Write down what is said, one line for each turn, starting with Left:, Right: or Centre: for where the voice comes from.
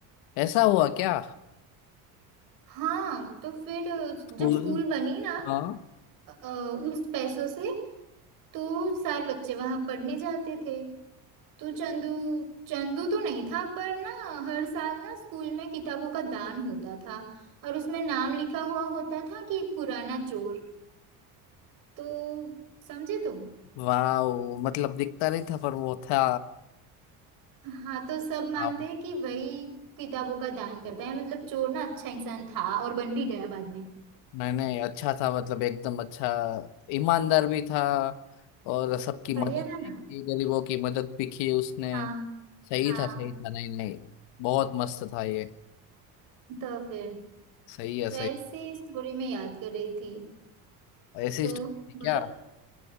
Left: ऐसा हुआ क्या
Right: हाँ तो फिर
Left: स्कूल
Right: जब स्कूल बनी ना
Left: हाँ
Right: अ, उस पैसों से तो सारे बच्चे वहां पढ़ने जाते थे तो चंदू चंदू तो नहीं था पर ना हर साल ना स्कूल में किताबों का दान होता था और उसमें नाम लिखा हुआ होता था कि एक पुराना चोर तो समझे तुम
Left: वाह मतलब दिखता नहीं था पर वो था
Right: हाँ तो सब मानते
Left: हाँ।
Right: हैं कि वही किताबों का दान करता है मतलब चोर ना अच्छा इंसान था और बन भी गया बाद में
Left: नहीं नहीं अच्छा था मतलब एकदम अच्छा ईमानदार भी था और सबकी
Right: बढ़िया
Left: मदद
Right: था ना
Left: भी की गरीबों की मदद भी की उसने
Right: हाँ
Left: सही
Right: हाँ
Left: था सही था नहीं नहीं बहुत मस्त था ये
Right: तो फिर
Left: सही है
Right: तो
Left: सही
Right: ऐसे स्टोरी में याद कर रही थी
Left: ऐसी
Right: तो
Left: स्टोरी थी क्या
Right: बोलो